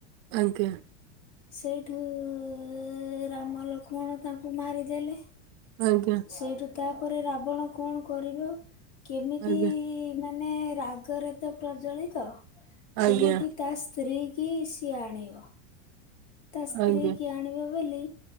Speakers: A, on the right; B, on the left.
A: ଆଜ୍ଞା।
B: ସେଇଠୁ ଉଁ ରାମ ଲକ୍ଷ୍ମଣ ତାଙ୍କୁ ମାରିଦେଲେ
A: ଆଜ୍ଞା।
B: ସେଇଠୁ ତାପରେ ରାବଣ କଣ କରିବ କେମିତି
A: ଆଜ୍ଞା
B: ମାନେ ରାଗରେ ତ ପ୍ରଜଲିତ
A: ଆଜ୍ଞା
B: କେମିତି କା ସ୍ତ୍ରୀ କି ଆଣିବ ତା ସ୍ତ୍ରୀ
A: ଆଜ୍ଞା
B: କି ଆଣିବା ବଲି